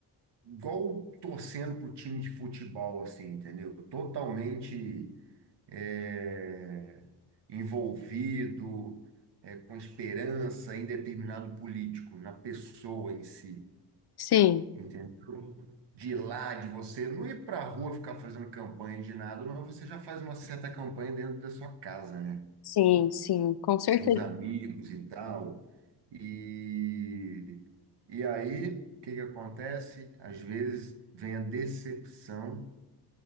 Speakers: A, on the right; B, on the left.
A: igual torcendo pro time de futebol, assim, entendeu? Totalmente é, envolvido, é, com esperança em determinado político, na pessoa em si.
B: Sim,
A: entendeu? De lá, de você não ir para a rua ficar fazendo campanha de nada, mas você já faz uma certa campanha dentro da sua casa, né?
B: sim, sim, com certeza.
A: Seus amigos e tal. E, e aí, o que que acontece? Às vezes vem a decepção,